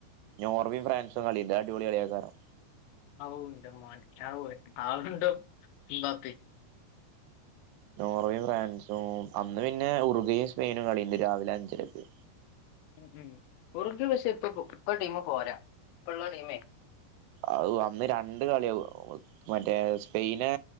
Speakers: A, on the right; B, on the left.
A: നോർവിം ഫ്രൻസും കളിണ്ട് അത് അടിപൊളി കളിയ്ക്കാരം.
B: ഹൌ ഇന്റ മോനെ ആ <unintelligible>
A: നോർവിം ഫ്രാൻസും അന്ന് പിന്നെ ഉർഗിയും സ്പെയിനും കളിണ്ട് രാവിലെ അഞ്ചരക്ക്.
B: ഉം ഉർഗ് പക്ഷ ഇപ്പ പ്പ ടീമ് പോരാ ഇപ്പള്ളാ ടീമേയ്.
A: ഔ അന്ന് രണ്ട് കളിയാവ് മറ്റേ സ്പെയിനേ